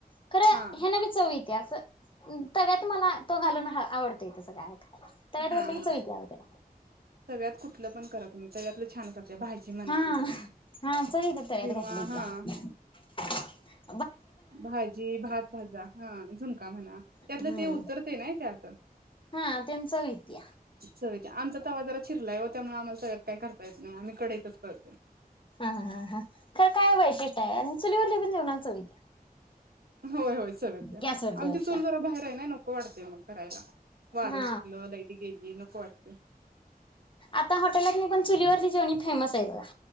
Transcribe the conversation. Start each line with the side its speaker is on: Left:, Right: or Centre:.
Left: खरं
Right: हा
Left: हेन बी चव येते असं. उ तव्यात मला तो घालून आवडतय तस. ता तव्यात घातलं
Right: हा
Left: की,
Right: हा
Left: चव येत्या
Right: तव्यात कुठलं पण करा तुम्ही तव्यातलं छानच लागतंय भाजी म्हणा
Left: हा हा चवयेत्या. घटला
Right: किंवा
Left: का
Right: हा
Left: <unintelligible> <inaudible>
Right: भाजी, भात, भाजा, हा झुणका म्हणा, त्यातलं
Left: हम्म
Right: ते उतरते नाही त्या आत.
Left: हा तेन चव येत्या
Right: चव येत्या आमचा तवा जरा चिरलाय हो त्यामुळे आम्हाला तव्यात काय करता येत नाही, आम्ही कढईत करतते.
Left: हा हा हा खर काय वैशिष्ट आहे आणि चलीवर ल्या जेवणाला पण चव येत्या.
Right: होय होय चव येते,
Left: गॅसवरल्यापेक्षा
Right: आमची चूल जरा बाहेर आहे नाय नक नको वाटते मग. करायला वारं
Left: हा
Right: सुटलं लाईट गेली नको वाटते
Left: आता हॉटेलात मी पण चुलीवरची जेवणी फेमस. तेवढा.